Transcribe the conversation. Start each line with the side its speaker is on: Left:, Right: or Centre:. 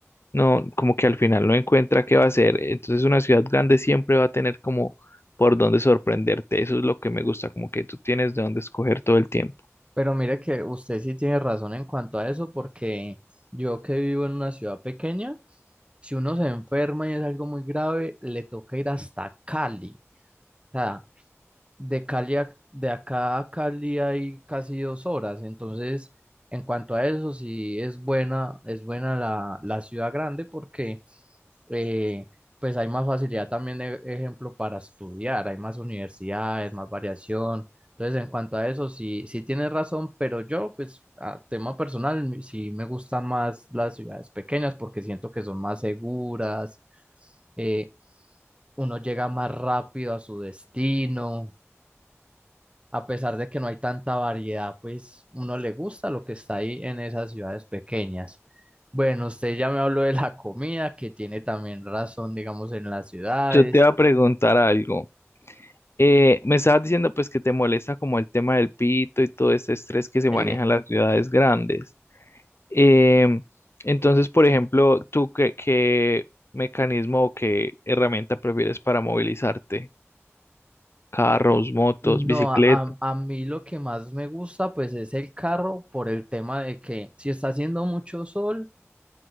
Left: no, como que al final no encuentra qué va a hacer, entonces una ciudad grande siempre va a tener como por dónde sorprenderte, eso es lo que me gusta, como que tú tienes de dónde escoger todo el tiempo.
Right: Pero mire que usted sí tiene razón en cuanto a eso, porque yo que vivo en una ciudad pequeña, si uno se enferma y es algo muy grave, le toca ir hasta Cali. O sea, De Cali a- de acá a Cali hay casi dos horas, entonces en cuanto a eso sí es buena, es buena la, la ciudad grande porque eh, pues hay más facilidad también de ejemplo para estudiar, hay más universidades, más variación, entonces en cuanto a eso sí, sí tienes razón, pero yo pues a tema personal mi- sí me gustan más las ciudades pequeñas porque siento que son más seguras, eh, uno llega más rápido a su destino a pesar de que no hay tanta variedad, pues uno le gusta lo que está ahí en esas ciudades pequeñas. Bueno, usted ya me habló de la comida, que tiene también razón, digamos, en las ciudades.
Left: Yo te voy a preguntar algo. Eh, me estabas diciendo pues que te molesta como el tema del pito y todo este estrés que se
Right: El-
Left: maneja en las ciudades grandes. Em, entonces, por ejemplo, ¿tú qué, qué mecanismo o qué herramienta prefieres para movilizarte? ¿Carros, motos,
Right: no,
Left: bicicleta?
Right: a, a a mí lo que más me gusta, pues es el carro por el tema de que si está haciendo mucho sol,